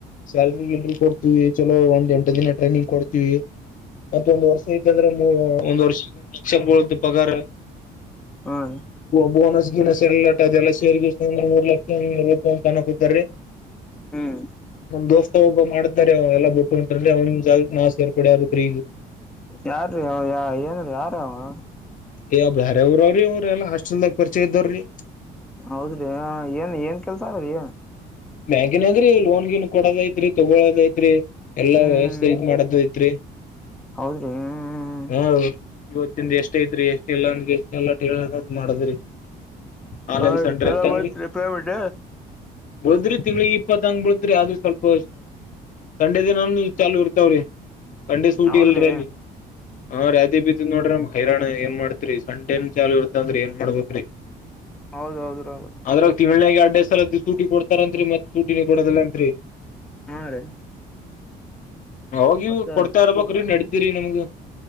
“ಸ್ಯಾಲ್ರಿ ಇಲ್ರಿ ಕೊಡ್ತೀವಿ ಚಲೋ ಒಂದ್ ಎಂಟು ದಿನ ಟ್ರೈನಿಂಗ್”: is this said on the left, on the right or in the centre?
Left